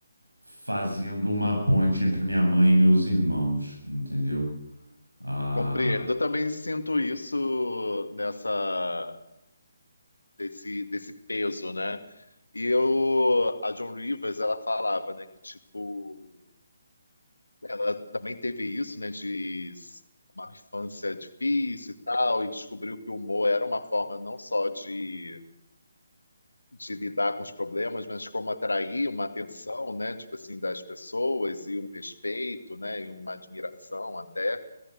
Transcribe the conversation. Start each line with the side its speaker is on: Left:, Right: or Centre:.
Right: fazendo uma ponte entre minha mãe e meus irmãos, entendeu? Ah,
Left: compreendo. Eu também sinto isso nessa desse, desse peso, né? E eu, a John Rivers, ela falava, né, que tipo Ela também teve isso, né, de uma infância difícil e tal, e descobriu que o humor era uma forma não só de, de lidar com os problemas, mas como atrair uma atenção, né, tipo assim, das pessoas e um respeito, né, e uma admiração até,